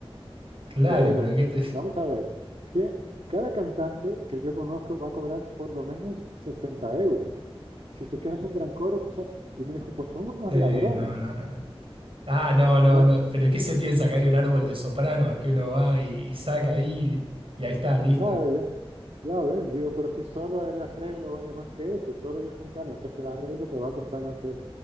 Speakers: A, on the right; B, on the right.
A: claro,
B: Y le digo,
A: pero ¿qué te...
B: vamos a ver, cien- cada cantante que yo conozco va a cobrar por lo menos 60 euros. Si tú quieres un gran coro, tú sabes. Y me dijo, pues son unos
A: Sí,
B: ladrones.
A: no, no, no. Ah, no, no,
B: No,
A: no. Pero ¿qué se piensa? Que hay un árbol de sopranos que uno va y, y saca ahí y ahí está, listo.
B: claro, ya, ya ves, digo, pero si solo el arreglo vale más que eso, solo yo sentarme a hacerte el arreglo te va a costar más que eso.